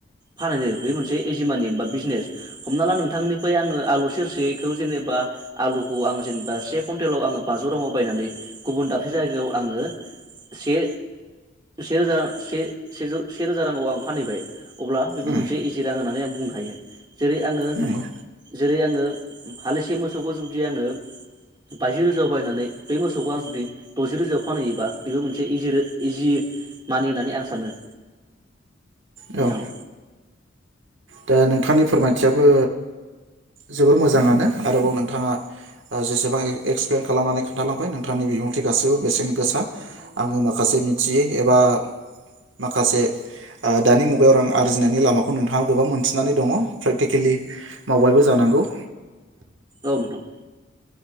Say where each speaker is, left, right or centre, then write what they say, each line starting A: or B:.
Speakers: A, on the right; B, on the right.
A: फानहैयो बे मोनसे एजि मानि बा बिजनेस। हमना ला नोंथांनिफ्राय आङो आलु सेरसेखौ जेनेबा आलुखौ आं जेनेबा से कुइन्टेलाव आङो बाजौ राङाव बायनानै गुबुन दाबसे जायगायाव आङो से से रोजा से सेजौ से से रोजा राङाव आं फानहैबाय अब्ला बेबो
B: उम
A: मोनसे इजि रां होननानै आं बु बुंनो हायो। जेरै आङो
B: नंगौ
A: जेरै आङो हालिसे मोसौखौ जुदि आङो बाजि रोजायाव बायनानै बे मोसौखौ आं जुदि दजि रोजायाव फानहैयोबा बेबो मोनसे इजि रो इजि मानि होननानै आं सानो।
B: औ
A: नोंथां।
B: दा नोंथांनि फोरमायथियाबो जोबोर मोजाङानो आरोबाव नोंथाङा जेसेबां एक्सप्लेन खालामनानै खोन्थालांबाय नोंथांनि बिबुंथि गासैबो बेसेन गोसा आङो माखासे मिथियै एबा माखासे ओ दानि मुगायाव रां आरजिनायनि लामाखौ नोंथाङा गोबां मोनथिनानै दङ प्रेक्टिकेलि मावबायबो जानांगौ
A: औ नोंथां।